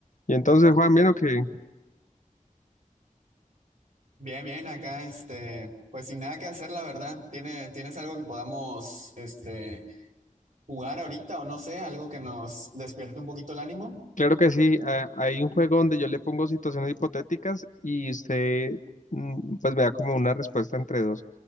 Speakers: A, on the left (about 65°); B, on the right (about 65°).
A: Y entonces, Juan, vieron que,
B: Bien, bien, acá, este, pues sin nada que hacer, la verdad. ¿Tiene, tienes algo que podamos, este, jugar ahorita o no sé, algo que nos despierte un poquito el ánimo?
A: claro que sí, a- hay un juego donde yo le pongo situaciones hipotéticas y usted mm, pues me da como una respuesta entre dos.